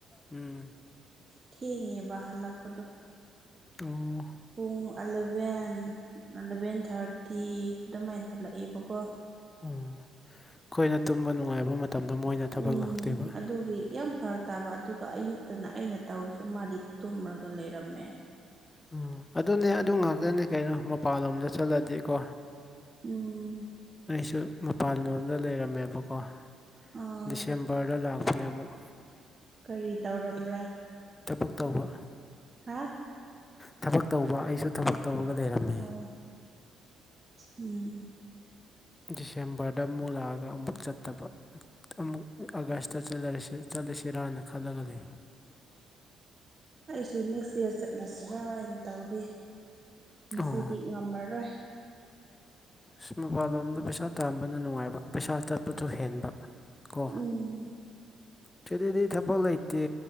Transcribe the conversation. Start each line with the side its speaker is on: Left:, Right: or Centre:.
Left: ꯎꯝ
Right: ꯊꯦꯡꯉꯦꯕ ꯍꯜꯂꯛꯄꯗꯣ
Left: ꯑꯣ
Right: ꯄꯨꯡ ꯑꯂꯚꯦꯟ ꯑꯂꯚꯦꯟ ꯊꯥꯔꯇꯤ ꯑꯗꯨꯃꯥꯏꯅ ꯍꯜꯂꯛꯑꯦꯕꯀꯣ
Left: ꯑꯣ ꯑꯈꯣꯏꯅ ꯇꯨꯝꯕ ꯅꯨꯡꯉꯥꯏꯕ ꯃꯠ ꯇꯝꯗ ꯃꯣꯏꯅ ꯊꯕꯛ
Right: ꯎꯝ
Left: ꯂꯥꯛꯇꯣꯏꯕ
Right: ꯑꯗꯨꯒꯤ ꯌꯥꯝ ꯐꯔꯛ ꯇꯥꯕ ꯑꯗꯨꯒ ꯑꯌꯨꯛꯇꯅ ꯑꯩꯅ ꯇꯧꯔꯁꯨ ꯃꯥꯗꯤ ꯇꯨꯝꯔꯒ ꯂꯩꯔꯝꯃꯦ
Left: ꯎꯝ ꯑꯗꯨꯅꯦ ꯑꯗꯨ ꯉꯥꯛꯇꯅꯦ ꯀꯩꯅꯣ ꯃꯄꯥꯟꯂꯣꯝꯗ ꯆꯠꯂꯗꯤꯀꯣ
Right: ꯎꯝ
Left: ꯑꯩꯁꯨ ꯃꯄꯥꯟ ꯂꯣꯝꯗ ꯂꯩꯔꯝꯃꯦꯕꯀꯣ
Right: ꯑꯥ
Left: ꯗꯤꯁꯦꯝ ꯕꯔꯗ ꯂꯥꯛꯄꯅꯦ ꯑꯃꯨꯛ
Right: ꯀꯔꯤ ꯇꯧꯔꯝꯕ꯭ꯔꯥ
Left: ꯊꯕꯛ ꯇꯧꯕ
Right: ꯍꯥ
Left: ꯊꯕꯛ ꯇꯧꯕ ꯑꯩꯁꯨ ꯊꯕꯛ ꯇꯧꯔꯒ ꯂꯩꯔꯝꯃꯦ
Right: ꯑꯣ ꯎꯝ
Left: ꯗꯤꯁꯦꯝꯕꯔꯗ ꯃꯨꯛ ꯂꯥꯛꯑꯒ ꯑꯃꯨꯛ ꯆꯠꯇꯕ ꯇꯃꯨꯛ ꯑꯥꯒꯁꯇ ꯆꯠꯂꯔꯁꯤ ꯆꯠꯂꯁꯤꯔꯥꯅ ꯈꯜꯂꯒ ꯂꯩ
Right: ꯑꯩꯁꯨ ꯅꯦꯛꯁ ꯏꯌꯥꯔ ꯆꯠꯂꯁꯤꯔꯅ ꯇꯧꯔꯤ ꯉꯁꯤꯗꯤ
Left: ꯑꯣ
Right: ꯉꯝꯃꯔꯣꯏ
Left: ꯑꯁ ꯃꯄꯥꯜ ꯂꯣꯝꯗ ꯄꯩꯁꯥ ꯇꯥꯝꯕꯅ ꯅꯨꯡꯉꯥꯏꯕ ꯄꯩꯁꯥ ꯆꯠꯄꯁꯨ ꯍꯦꯟꯕ ꯀꯣ
Right: ꯎꯝ
Left: ꯁꯤꯗꯗꯤ ꯊꯕꯛ ꯂꯩꯇꯦ